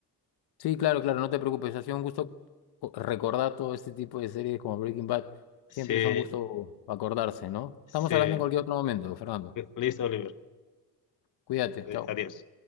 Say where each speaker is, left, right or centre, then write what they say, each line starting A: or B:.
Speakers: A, on the left; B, on the left.
A: Sí, claro, claro, no te preocupes, ha sido un gusto co- recordar todo este tipo de series como Breaking Bad.
B: Sí,
A: Siempre es un gusto acordarse, ¿no?
B: sí.
A: Estamos hablando en cualquier otro momento, Fernando.
B: Listo, Oliver.
A: Cuídate,
B: Eh,
A: chao.
B: Adiós.